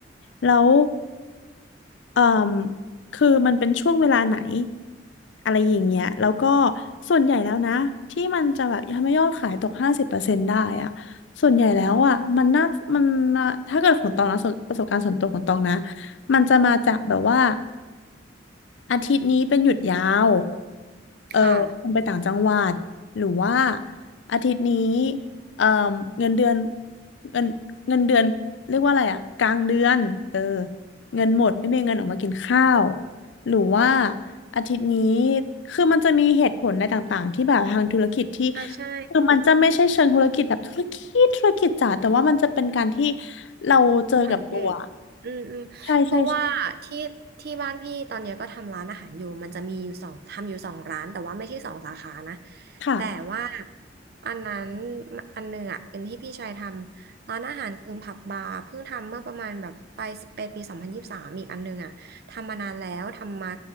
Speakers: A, on the left; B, on the right.
A: แล้วเอ่มคือมันเป็นช่วงเวลาไหนอะไรอย่างเงี้ยแล้วก็ส่วนใหญ่แล้วนะที่มันจะแบบทำให้ยอดขายตกห้าสิบเปอร์เซ็นต์ได้อ่ะส่วนใหญ่แล้วอ่ะมันน่ามันมาถ้าเกิดของตองนะส่วนประสบการณ์ส่วนตัวของตองนะมันจะมาจากแบบว่า อาทิตย์นี้เป็นหยุดยาวเออคุณไปต่างจังหวัดหรือว่า
B: ค่ะ
A: อาทิตย์นี้เออเงินเดือนเงินเงินเดือนเรียกว่าอะไรอะกลางเดือน เออเงินหมดไม่มีเงินออกมากินข้าว หรือว่าอาทิตย์นี้คือมันจะมีเหตุผลในต่างๆที่แบบทางธุรกิจที่
B: อ่ะใช่
A: คือมันจะไม่ใช่เชิงธุรกิจแบบธุรกิจธุรกิจจ๋าแต่ว่ามันจะเป็นการที่เราเจอกับตัว
B: สังเกตอืมอืมเพราะว่าที่ที่บ้านพี่ตอนเนี้ยก็ทำร้านอาหารอยู่มันจะมีอยู่สองทำอยู่สองร้านแต่ว่าไม่ใช่สองสาขานะ
A: ใช่ใช่ใช่ค่ะ
B: แต่ว่าอันนั้นอันหนึ่งอ่ะเป็นที่พี่ชายทำร้านอาหารกึ่งผับบาร์เพิ่งทำเมื่อประมาณแบบไปไปปีสองพันยี่สิบสามอีกอันหนึ่งอ่ะทำมานานแล้วทำมา